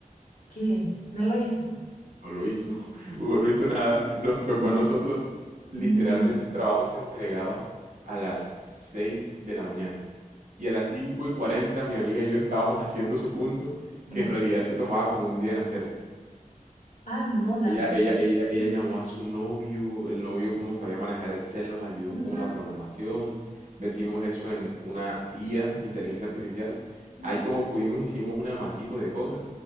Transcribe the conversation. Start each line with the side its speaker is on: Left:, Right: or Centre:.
Left: ¿Qué? ¿No lo hizo?
Right: No lo hizo, <laughs> Hugo no hizo nada, nos tocó
Left: No,
Right: a nosotros. Literalmente
Left: niño.
Right: el trabajo se entregaba a las 6 de la mañana y a las 5 y 40 mi amiga y yo estábamos haciendo su punto,
Left: <gasps>
Right: que en realidad se tomaba como un día en hacerse.
Left: Ay, no, David.
Right: Ella, ella,
Left: No
Right: ella,
Left: sé.
Right: ella llamó a su novio, el novio como sabía manejar Excel nos ayudó
Left: Ujú,
Right: con la programación, metimos eso en una IA, inteligencia artificial,
Left: ujú.
Right: ahí como pudimos hicimos un amasijo de cosas,